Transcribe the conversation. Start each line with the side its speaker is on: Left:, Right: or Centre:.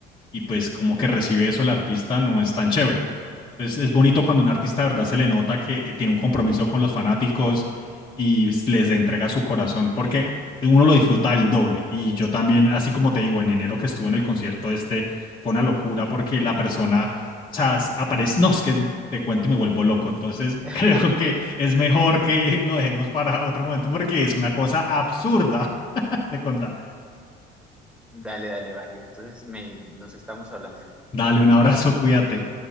Left: y pues como que recibe eso el artista no es tan chévere. Entonces es bonito cuando un artista de verdad se le nota que eh, tiene un compromiso con los fanáticos y s- les entrega su corazón, porque uno lo disfruta el doble. Y yo también, así como te digo, en enero que estuve en el concierto este, fue una locura porque la persona, o sea, s- aparece, no, es que te cuento y me vuelvo loco. Entonces
Centre: <laughs>
Left: <laughs> creo que es mejor que lo dejemos para otro momento porque es una cosa absurda <laughs> de contar.
Centre: Dale, dale, Mario. Entonces me, nos estamos hablando.
Left: Dale un abrazo, cuídate.